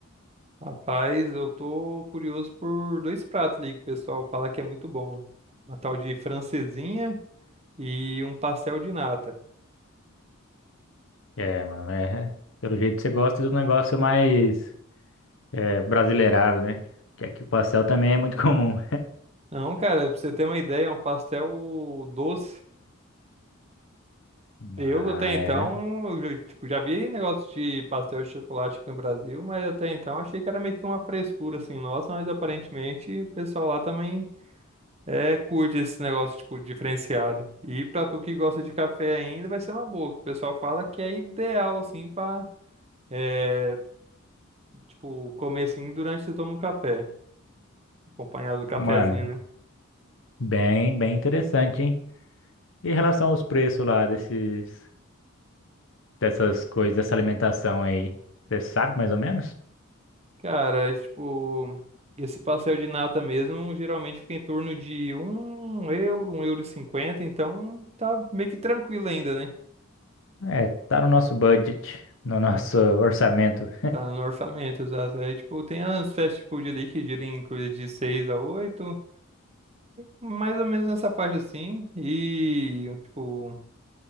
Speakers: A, on the right (about 30°); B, on the left (about 65°).
A: Rapaz, eu tô curioso por dois pratos ali que o pessoal fala que é muito bom. Uma tal de francesinha e um pastel de nata.
B: É, mano, é, pelo jeito você gosta do negócio mais é, brasileirado, né? Que aqui o pastel também é muito <laughs> comum.
A: Não, cara, pra você ter uma ideia, é um pastel doce.
B: Mas
A: Eu até então,
B: é,
A: eu, já- tipo, já vi negócio de pastel de chocolate aqui no Brasil, mas até então achei que era meio que uma frescura assim, nossa, mas aparentemente o pessoal lá também é curte esse negócio tipo diferenciado. E pra tu que gosta de café ainda, vai ser uma boa, que o pessoal fala que é ideal assim pra é, tipo comer assim durante que você toma um café, acompanhado do cafezinho,
B: mano,
A: né?
B: bem, bem interessante, hein? E em relação aos preços lá desses, dessas coisas, dessa alimentação aí, você sabe mais ou menos?
A: Cara, esse, tipo, esse pastel de nata mesmo geralmente fica em torno de um euro, um euro e cinquenta, então tá meio que tranquilo ainda, né?
B: É, tá no nosso budget, no nosso
A: É.
B: orçamento.
A: Tá no orçamento, exato. Aí, tipo, tem as fast food ali que giram em coisa de 6 a 8 mais ou menos nessa faixa assim. E, tipo,